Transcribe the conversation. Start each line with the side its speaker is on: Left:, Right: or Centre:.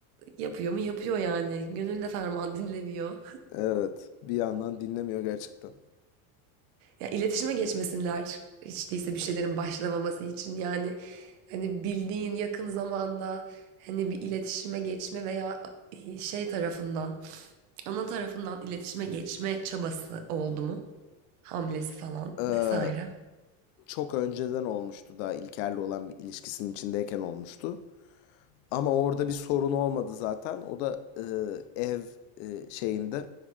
Right: yapıyor mu? Yapıyor yani. Gönül de ferman dinlemiyor.
Left: Evet bir yandan dinlemiyor gerçekten.
Right: Ya iletişime geçmesinler. Hiç değilse bir şeylerin başlamaması için yani hani bildiğin yakın zamanda hani bir iletişime geçme veya e, şey tarafından, ana tarafından iletişime geçme çabası oldu mu? Hamlesi falan
Left: Ee,
Right: vesaire.
Left: çok önceden olmuştu daha İlker'le olan bir ilişkisinin içindeyken olmuştu. Ama orada bir sorun olmadı zaten. O da e, ev e, şeyinde